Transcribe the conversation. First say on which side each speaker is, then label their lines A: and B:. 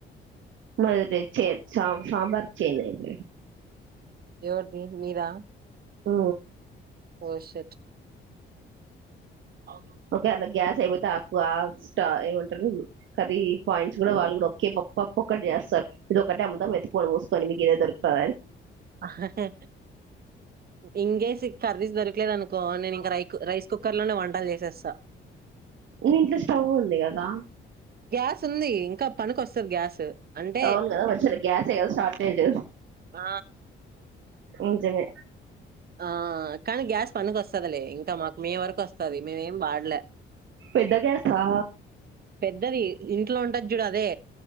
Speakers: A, on the right (about 75°); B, on the right (about 50°).
A: మాది తెచ్చె సామ్ సాంబార్ చేయమండి
B: ఎవరిది వీరా
A: ఆ
B: ఓ షట్ అవును
A: ఒకవేళ గ్యాస్ అయిపోతే ఆక్కువ స్ట ఏమంటారు కర్రీ పాయింట్స్ కూడా వాళ్ళు కూడా ఒకే పప్పు ఒకటి చే సార్ ఇది ఒక టైమ్ందా మత్తిపోని మూసుకొని మీకు ఎం పెడతా
B: ఆహా హ ఇంకేసి కర్రీస్ దొరకలేదు అనుకో నేను ఇంక రై రైస్ కుక్కర్ లోనే వంటలు చేసేస్తా
A: మీ ఇంట్లో స్టవ్ ఉంది కదా
B: గ్యాస్ ఉంది ఇంకా పనికివోస్తుది గ్యాస్ అంటే
A: అవును కదా వచ్చేలే గ్యాసే కదా షార్టేజ్
B: ఆ ఆ
A: నిజమే
B: ఆ కానీ గ్యాస్ పడుగ వస్తందిలే ఇంకా మాకు మే వరకు వస్తుది మేము ఎమి వాడలే
A: పెద్ద గ్యాస్ ఆ
B: పెద్దది ఇంట్లో ఉంటది చూడు అదే